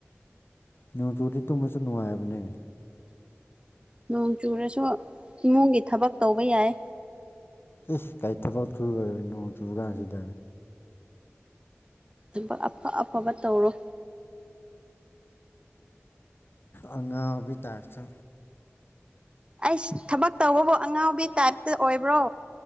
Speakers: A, on the left; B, on the right.
A: ꯅꯣꯡꯆꯨꯔꯗꯤ ꯇꯨꯝꯃꯁꯨ ꯅꯨꯡꯉꯥꯏꯕꯅꯦ
B: ꯅꯣꯡ ꯆꯨꯔꯁꯨ ꯏꯃꯨꯡꯒꯤ ꯊꯕꯛ ꯇꯧꯕ ꯌꯥꯏ
A: ꯏꯁ ꯀꯥꯏꯊꯕꯛ ꯆꯨꯕ ꯅꯣꯡ ꯆꯨꯕ ꯀꯥꯟꯁꯤꯗ
B: ꯑꯗꯨꯒ ꯑꯐ ꯑꯐꯕ ꯇꯧꯔꯣ
A: ꯑꯉꯥꯎꯕꯩ ꯇꯥꯞꯇꯥ
B: ꯑꯩꯁ ꯊꯕꯛ ꯇꯧꯕꯕꯨ ꯑꯉꯥꯎꯕꯤ ꯇꯥꯏꯞꯇ ꯑꯣꯏꯕ꯭ꯔꯣ